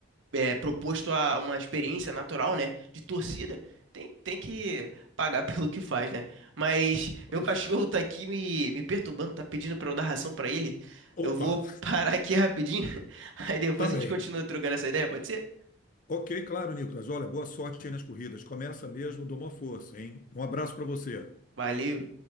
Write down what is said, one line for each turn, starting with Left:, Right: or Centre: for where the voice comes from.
Right: é, proposto a uma experiência natural, né, de torcida, tem, tem que pagar <laughs> pelo que faz, né? Mas
Left: Pois
Right: meu cachorro
Left: é.
Right: tá aqui me, me perturbando, tá pedindo pra eu dar ração pra ele.
Left: Opa,
Right: Eu vou <laughs> parar aqui rapidinho, <laughs> aí depois
Left: tá bem.
Right: a gente continua trocando essa ideia, pode ser?
Left: Ok, claro, Nicolas. Olha, boa sorte aí nas corridas. Começa mesmo, dou uma força, hein? Um abraço para você.
Right: Valeu.